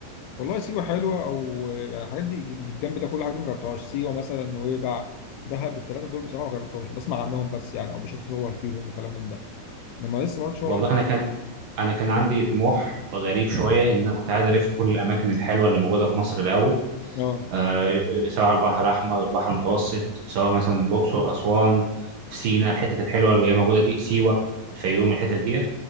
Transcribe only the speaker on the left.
والله سيوة حلوة أو يعني الحاجات دي اللي في الجنب ده كل حاجة دي ما جربتهاش سيوة مثلا نويبع دهب التلاتة دول بصراحة ما جربتهمش بسمع عنهم بس يعني أو بشوف صور فيهم وكلام من ده إنما لسه ما رحتش
ولا واحدة
اه